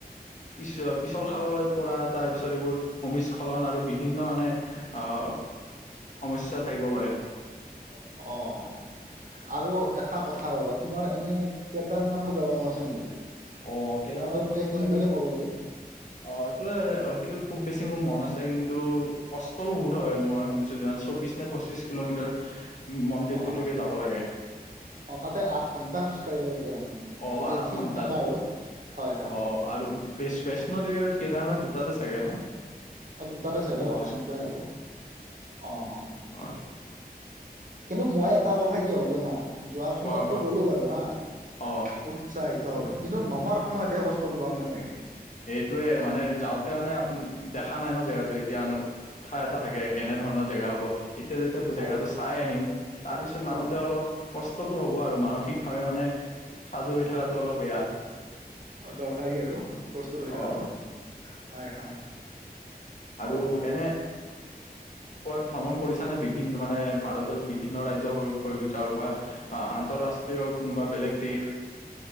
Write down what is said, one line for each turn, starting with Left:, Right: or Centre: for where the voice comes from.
Left: পিছ পিছল খাব পৰাত তাৰপিছত এইবোৰ ভূমিস্খলন আৰু বিভিন্ন মানে এ হা হা আহ সমস্যা থাকিব পাৰে।
Right: অ অ অ অ। আৰু এটা কথা ৰবা তোমাৰ এনে কেদাৰনাথত যাব মন আছে নেকি?
Left: অ অ অ কেদাৰনাথত
Right: তাতে ট্ৰেকিং
Left: মোৰ এনে
Right: বুলি ক'ব পাৰি
Left: অ এইটোৱে আৰু সেইটো খুব বেছি মোৰ মন আছে কিন্তু কষ্টও বহুত হয় মই শুনিছো যিমান। চৌবিশ নে পঁচিশ কিলোমিটাৰ হে এ এ এ মন্দিৰটোলৈকে
Right: অ
Left: যাব লাগে।
Right: অ তাতে আঠ ঘন্টা খোজকাঢ়িব লাগে মানে
Left: অ
Right: যদি
Left: আঠ
Right: ফিট
Left: ঘন্টাত
Right: থাকা আৰু হয় হয়।
Left: অ আৰু বেচ বৈষ্ণদেৱী আৰু কেদাৰনাথ দুটাতে চাগে ন।
Right: অ দুটাতে চাগে
Left: বহুত
Right: অ
Left: খোজ
Right: সেনেকুৱাই হ'ব অ অ অ।
Left: হয়
Right: কিন্তু মই এটা কথা কি ভাবো জানা যোৱাৰ সময়ততো
Left: কোৱা কোৱা
Right: গ'লো বাৰু হা
Left: অ
Right: ঠাক উঠ উৎসাহিত ভাৱে কিন্তু নমাৰ সময়তেহে কষ্টটো পাম যেন লাগে।
Left: এইটোৱে মানে যাওঁতে মানে আপুন দেখা নাই ন জেগাটোৱে। এতিয়ানো উৎসাহ এটা থাকে কেনে ধৰণৰ জেগা হ'ব ই ই ই এতিয়া যে এতিয়া মই
Right: হয়
Left: জেগাটো চাই আহিম ইহ তাৰপিছত নামোতে
Right: অ
Left: অলপ কষ্টটো হ'ব আৰু মানসিকভাৱে মানে ই হি সাজু হৈ থাকাটো অলপ বেয়া।
Right: অঁ অ দৰকাৰী আৰু প্ৰস্তুত হৈ
Left: অ
Right: থাকাটো হয় হয়।
Left: আৰু
Right: অ অ
Left: এনে কোৱাত ভ্ৰমণ কৰিছা নে বিভিন্ন মানে ভাৰতৰ বিভিন্ন ৰাজ্য হৈ হৈ যাওক বা ই আহ্ আহ আন্তঃৰাষ্ট্ৰীয় কোনোবা বেলেগ দেশ।